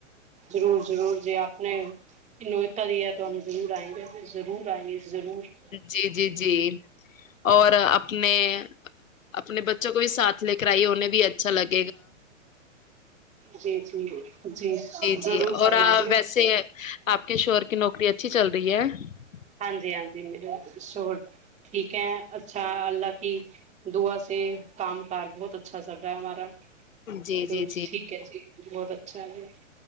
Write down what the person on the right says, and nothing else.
ضرور ضرور جی آپ نے <inaudible> نوتا ہے تو ہم ضرور آئیں گے <unintelligible> ضرور آئی ضرور <inaudible>
جی جی جی <inaudible> جی
ضرور
فرمائی
گے
<inaudible>
ہاں جی ہاں جی م ش <inaudible> ٹھیک ہے اچھا اللہ کی <unintelligible> دوا سے کام کاار بہت اچھا چل رہا ہے ہمارا <unintelligible>
تو
ٹھیک ہے جی بہت اچھا ہے